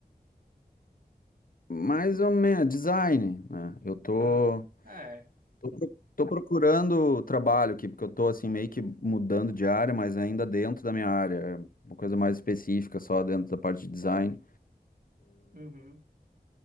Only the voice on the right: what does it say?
Ah, ah, é.
Uhum,